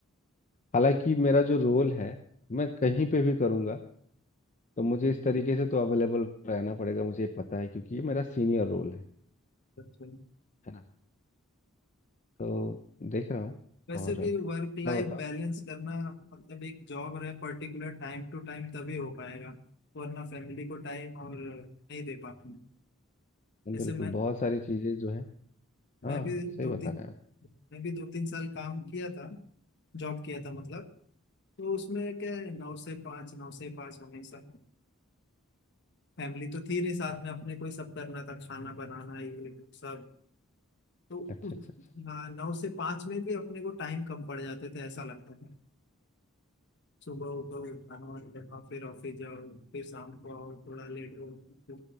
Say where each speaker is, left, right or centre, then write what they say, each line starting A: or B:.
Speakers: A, on the left; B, on the left.
A: हालांकि मेरा जो रोल है मैं कहीं पे भी करूँगा तो मुझे इस तरीके से तो अवेलेबल रहना पड़ेगा मुझे ये पता है क्योंकि ये मेरा सीनियर रोल है
B: अच्छा
A: है ना तो देख रहा हूँ
B: वैसे
A: और
B: भी वर्क लाइफ
A: ना बताओ
B: बैलेंस करना मतलब एक जॉब रहे पर्टिकुलर टाइम टू टाइम तभी हो पाएगा वरना फैमिली को टाइम और नहीं दे पाते हैं।
A: हाँ,
B: जैसे
A: बिल्कुल
B: मैं
A: बहुत सारी चीज़ें जो है हाँ
B: मैं भी
A: सही
B: दो
A: बता
B: तीन
A: रहे हैं आप
B: मैं भी दो तीन साल काम किया था जॉब किया था मतलब तो उसमें क्या है नौ से पाँच नौ से पाँच हमेशा फैमिली तो थी नहीं साथ में अपने को ही सब करना था खाना बनाना ये वो सब तो
A: अच्छा
B: उस
A: अच्छा अच्छा
B: हाँ नौ से पाँच में भी अपने को टाइम कम पड़ जाते थे ऐसा लगता था सुबह उठो खाना वाना बनाओ फिर ऑफिस जाओ फिर शाम को आओ थोड़ा लेट हो फिर